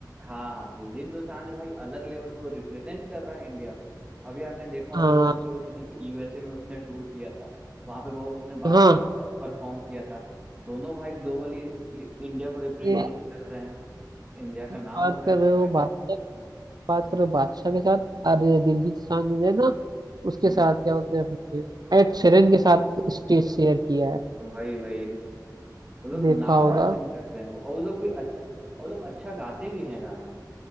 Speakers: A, on the right; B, on the right.
A: हाँ हाँ दिलजीत दोसांझ भाई अलग लेवल पर रिप्रेजेंट कर रहा है इंडिया को अभी आपने देखा होगा
B: हाँ
A: रिसेंटली वो कहीं पे यूएसए में उसने टूर किया था वहां पे वो उसने बादशाह
B: हाँ
A: के साथ परफॉर्म किया था दोनों भाई ग्लोबली इंडिया को रिप्रेजेंट
B: ये
A: कर रहे हैं इंडिया का
B: बात
A: नाम हो रहा
B: कर
A: है कि
B: रहे
A: भाई
B: हो बादशाह बात कर रहे हो बादशाह के साथ अरे दिलजीत सांझ ने ना उसके
A: हम्म
B: साथ
A: हम्म,
B: क्या बोलते हैं अपने एड शेरन के साथ स्टेज शेयर किया है
A: वही वही वो लोग
B: देखा
A: नाम
B: होगा
A: रोशन कर रहे हैं और वो लोग भी अच्छा वो लोग अच्छा गाते भी हैं गाना